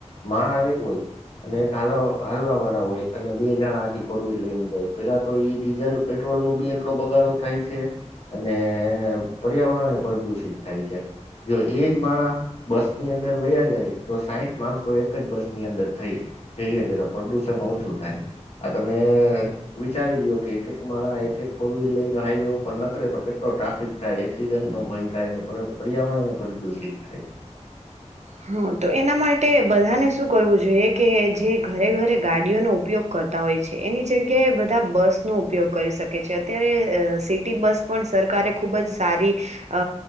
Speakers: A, on the left; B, on the right.
A: માણા એ હોય અને એક હાલ હાલવા વાળા હોય અને બે જણા આખી ફોર વ્લ લઈને જાય પેલા તો ઈ ડીઝલ પેટ્રોલ નું બી એટલો બગાડો થાય છે, અને પર્યાવરણ પ્રદુષિત થાય છે, જો એજ માણા બસ ની અંદર વયા જાય તો સાઈઠ માણસો એક જ બસ ની અંદર થઈ જઈ હકે તો પ્રદુષણ ઓછું થાય, આ તમે વિચારી લ્યો કે એક એક માણા એક એક ફોર વ્હીલ લઈને હાઈવે ઉપર નકરે તો કેટલો ટ્રાફિક થાય એક્સિડન્ટ નો ભય થાય, પર્યાવરણ પ્રદુષિત થાય.
B: હ, તો એના માટે બધાને શું કરવું જોઈએ કે જે ઘરે ઘરે ગાડીઓનો ઉપયોગ કરતા હોય છે, એની જગ્યાએ બધા બસનોો ઉપયોગ કરી શકે છે અત્યારે સિટી બસ પણ સરકારે ખુબ જ સારી અ